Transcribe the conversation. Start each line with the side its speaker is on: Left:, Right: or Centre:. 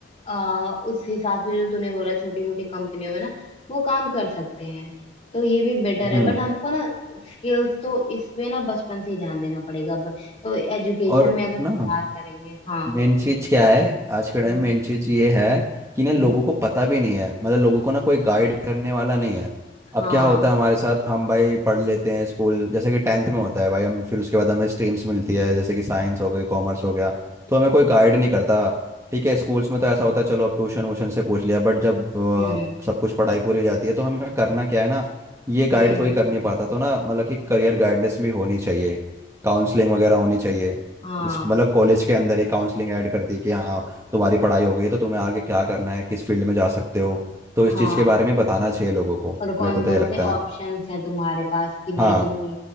Left: आ, उस हिसाब से जो तूने बोला छोटी मोटी कंपनियों में ना वो काम कर सकते हैं तो ये भी बेटर है
Right: हम्म
Left: बट हमको ना स्किल्स तो इसमें ना बचपन से ही ध्यान देना पड़ेगा ब- तो एजुकेशन
Right: और
Left: में अगर सुधार
Right: ना
Left: करेंगे हाँ
Right: मेन चीज
Left: वो-
Right: क्या है आज के टाइम
Left: हम्म
Right: मेन
Left: हम्म
Right: चीज ये है कि ना लोगों
Left: हम्म,
Right: को पता भी नहीं है मतलब लोगों को ना कोई गाइड करने वाला नहीं है
Left: हाँ
Right: अब क्या होता है हमारे साथ हम भाई पढ़ लेते हैं स्कूल जैसे कि टेंथ में होता है भाई हम फिर उसके बाद हमें स्ट्रीम्स मिलती है जैसे कि साइंस हो गई कॉमर्स हो गया तो हमें कोई गाइड नहीं करता ठीक है स्कूल्स में तो ऐसा होता है चलो अब ट्यूशन वूशन से पूछ लिया बट जब अ,
Left: हम्म
Right: सब कुछ पढ़ाई पूरी हो जाती है तो हमें करना क्या है ना ये गाइड
Left: हम्म
Right: कोई कर नहीं पाता तो ना मतलब कि करियर गाइडेंस भी होनी चाहिए काउंसलिंग वगैरह होनी चाहिए
Left: हाँ
Right: इसको मतलब कॉलेज के अंदर ही काउंसलिंग ऐड कर दी कि हाँ तुम्हारी पढ़ाई हो गई है तो तुम्हें आगे क्या करना है किस फील्ड में जा सकते हो तो इस
Left: हाँ
Right: चीज़ के बारे में बताना चाहिए लोगों को
Left: और कौन
Right: मेरे को तो
Left: कौन
Right: ये लगता
Left: से ऑप्शंस
Right: है
Left: हैं तुम्हारे पास कि भाई
Right: हाँ
Left: तुम ये